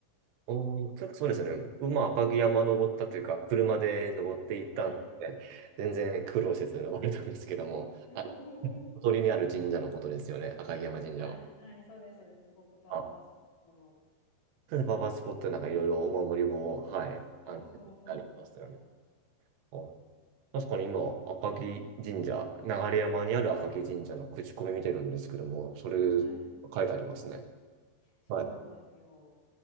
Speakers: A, on the right (about 80°); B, on the left (about 80°).
A: おー、ちょっとそうですね。僕も赤城山登ったというか、車で登っていったんで、
B: はい。
A: 全然苦労せず登れたんですけども、
B: <laughs>
A: あ、小鳥にある神社のことですよね、赤城山神社は。
B: はい、はい、そうです、そうです。すごくパワースポットの。
A: あ、それです。パパスポットでなんかいろいろお守りも、はい、
B: そうそうそうなんです。
A: あの、行ったりしましたよね。
B: はい。
A: あ確かに今、赤城神社、流山にある赤城神社の口コミ見てるんですけども、それ書いてありますね。
B: はい。そうなんですよ。
A: はい。